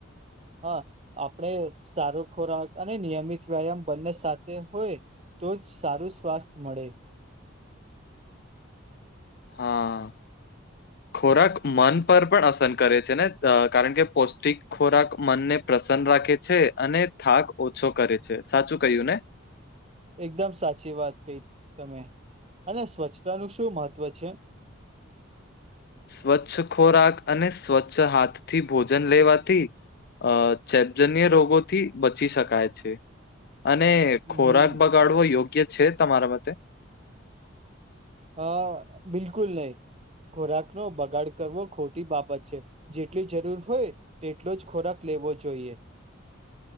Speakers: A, on the right; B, on the left.
A: હા આપણે સારો ખોરાક અને નિયમિત વ્યાયામ બંને સાથે હોય, તો જ સારું સ્વાસ્થ મળે.
B: હા, ખોરાક મન પર પણ અસર કરે છે ને? કારણ કે પૌષ્ટિક, ખોરાક મનને પ્રસન્ન રાખે છે, અને થાક ઓછો કરે છે સાચું કહ્યું ને?
A: એકદમ સાચી વાત કહી તમે અને સ્વચ્છતા નુ શું મહત્વ છે?
B: સ્વચ્છ ખોરાક અને સ્વચ્છ હાથથી ભોજન લેવાથી, ચેપજન્ય રોગોથી બચી શકાય છે. અને
A: હમ
B: ખોરાક બગાડવો યોગ્ય છે? તમારા મતે,
A: હા બિલકુલ નહીં ખોરાક નો બગાડ કરવો ખોટી બાબત છે. જેટલી જરૂર હોય તેટલો જ ખોરાક લેવો જોઈએ.